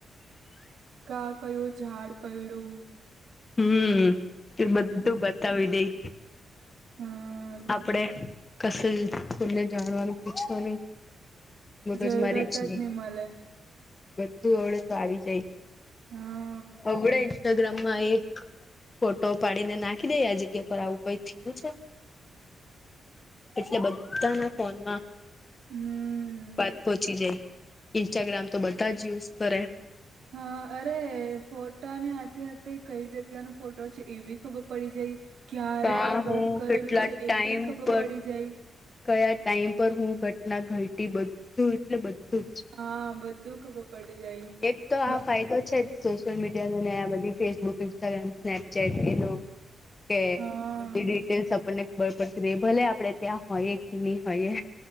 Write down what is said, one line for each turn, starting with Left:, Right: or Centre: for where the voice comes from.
Right: કા કયો ઝાડ પડ્યું
Left: હમ્મ, તે બધ્ધું
Right: હમ
Left: બતાવી દઈ.
Right: હા. તો
Left: આપડે
Right: છે
Left: કશું કોને જાણવાનું પૂછવુ નહીં. મગજ
Right: જ જરૂરત
Left: મારીજ છે.
Right: જ નહી મળે
Left: બધું અવડે તો આવી જાય.
Right: હા.
Left: હવડે ઇન્સ્ટાગ્રામમાં એક ફોટો પાડીને નાખી દઈ યે આ જગ્યા પર આવું કઈ થયું છે એટલે બધાના ફોનમાં
Right: હમ
Left: વાત પહોંચી જાય. ઇન્સ્ટાગ્રામ તો બધા જ યુઝ કરે
Right: હા અરે ફોટાની સાથે સાથે કઈ જગ્યા નો ફોટો છે એ બી ખબર પડી જાય. ક્યારે
Left: કા
Right: અપલોડ
Left: હું
Right: કરેલું
Left: કેટલા
Right: છે
Left: ટાઈમ
Right: એ બી ખબર
Left: પર
Right: પડી જાય.
Left: કયા ટાઈમ પર હું ઘટના ઘટી બધું એટલે બધું જ
Right: હા બધું ખબર પડી જાય.
Left: એક તો
Right: બ-
Left: આ ફાયદો છે જ સોશિયલ મીડિયા નો ને આ બધી ફેસબુક ઇન્સ્ટાગ્રામ સ્નપચેટ એનો કે
Right: હા
Left: બધી ડી તેજ આપણને ખબર પડતી રે ભલે આપડે ત્યાં હોઈએ કે નહી હોઈએ.